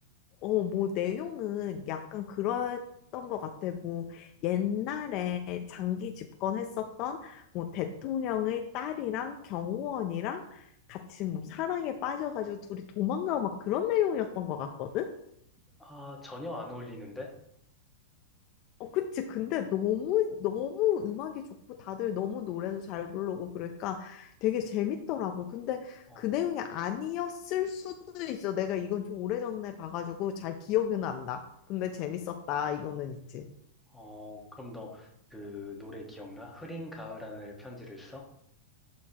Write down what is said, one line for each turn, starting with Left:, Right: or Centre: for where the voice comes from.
Left: 어, 뭐, 내용은 약간 그랬던 것 같아. 뭐, 옛날에 장기 집권했었던 뭐, 대통령의 딸이랑 경호원이랑 같이 뭐, 사랑에 빠져가지고 둘이 도망가고 막 그런 내용이었던 것 같거든?
Centre: 아, 전혀 안 어울리는데?
Left: 어, 그치. 근데 너무, 너무 음악이 좋고 다들 너무 노래도 잘 부르고 그러니까 되게 재밌더라고. 근데
Centre: 어,
Left: 그 내용이 아니었을 수도 있어. 내가 이건 좀 오래전에 봐가지고 잘 기억은 안 나. 근데 재밌었다. 이거는 있지.
Centre: 어, 그럼 너 그 노래 기억나? 흐린 가을 하늘의 편지를 써?